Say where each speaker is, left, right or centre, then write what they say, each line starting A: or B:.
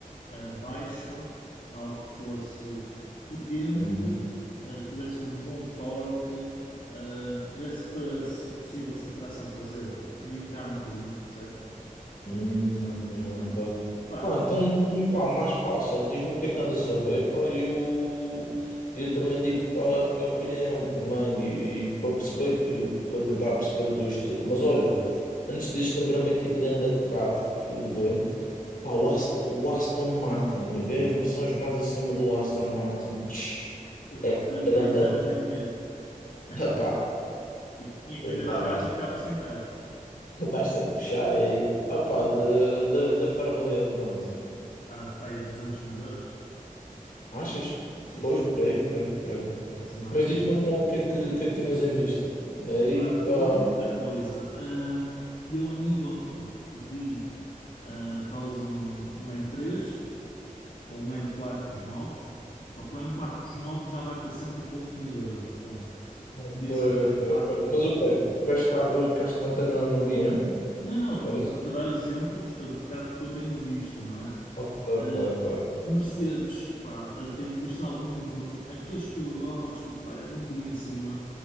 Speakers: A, on the left; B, on the left.
A: eh, baixo, algo que fosse potente,
B: Hum,
A: eh, que tivesse um bom torque, eh, que desse para, se possível, ser tração traseira, para te brincar um bocadinho, percebes? Também,
B: Hum,
A: sabes,
B: não
A: de vez em quando.
B: sei.
A: Opá,
B: Pá,
A: e,
B: então
A: e-
B: diz-me, pá, mais fácil, diz-me o que é que andas a ver, pá, e eu, eu também digo
A: não é?
B: pá, a minha opinião também, e, e para perceber que, para tentar perceber o teu estilo. Mas olha, antes disso, lembrei-me aqui de grande carro, fui ver, pá, o Aston, o Aston Martin, vê as versões mais acima do Aston Martin, tch,
A: Pois
B: é
A: é, mas eu
B: é
A: para
B: grande
A: isso já não tenho dinheiro. <laughs>
B: carro, <laughs> pá,
A: E tinha que vender
B: pá,
A: a casa
B: basta,
A: e ficava sem casa.
B: <laughs> basta de puxar aí, ah, pá, de- de- deve estar avaliado enquanto.
A: Ah, pá, é 200 mil euros.
B: Achas?
A: Sim,
B: Pois,
A: sim,
B: por aí, por aí, por aí.
A: não há smart
B: Mas diz-me
A: nenhum.
B: então o que é que, o que é que tinhas em vista? Aí,
A: Pá,
B: pá,
A: eu vi muita coisa. Ahm, eu, a nível. pronto, vi ah, talvez um, um m três ou um m quatro dos novos. Só que o m quatro dos novos já vai para cento e poucos mil euros. Pronto.
B: ok,
A: Podia ser um
B: ok,
A: m quatro
B: ok.
A: dos.
B: Mas o quê Tu queres ficar, queres te manter no, no BM?
A: Não, não,
B: É
A: eh,
B: isso?
A: estou-te a dar exemplos, portanto, de carros que eu tenho visto, não é?
B: Ok, ok,
A: Ah,
B: ok.
A: Mercedes, pá, eh, tenho visto alguns, mas aqueles que eu gosto, pá, já estão um bocadinho acima.